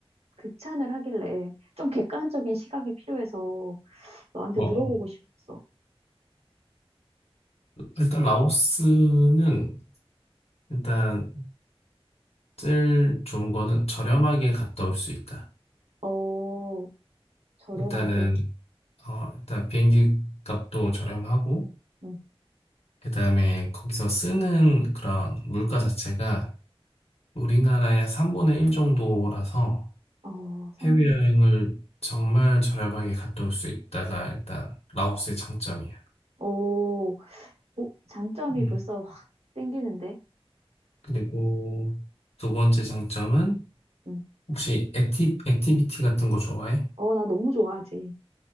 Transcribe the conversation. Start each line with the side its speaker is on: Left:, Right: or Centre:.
Right: 극찬을 하길래 좀 객관적인 시각이 필요해서 너한테
Left: 어,
Right: 물어보고
Left: 어.
Right: 싶었어.
Left: 일단 라오스는 일단 제일 좋은 거는 저렴하게 갔다 올 수 있다.
Right: 어, 저렴하게.
Left: 일단은 어, 일단 비행기 값도 저렴하고
Right: 응.
Left: 그다음에 거기서 쓰는 그런 물가 자체가 우리나라의 3분의 1 정도라서
Right: 어, 3분의.
Left: 해외여행을 정말 저렴하게 갔다 올 수 있다가 일단 라오스의 장점이야.
Right: 오, 오, 장점이
Left: 음.
Right: 벌써 확 땡기는데.
Left: 그리고 두 번째 장점은
Right: 응.
Left: 혹시 액티, 액티비티 같은 거 좋아해?
Right: 어, 나 너무 좋아하지.